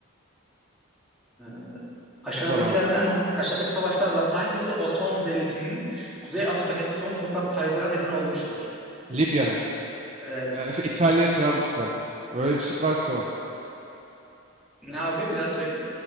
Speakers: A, in the centre; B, on the right.
A: E, aşağıdakilerden
B: Sor abi.
A: aşağıdaki savaşlardan hangisi Osmanlı Devleti'nin Kuzey Afrika'daki son toprak kaybına neden olmuştur?
B: Libya.
A: E,
B: Ee, şey, İtalya Trablusgarp. Böyle bir şık varsa o.
A: ne abi bir daha söyle.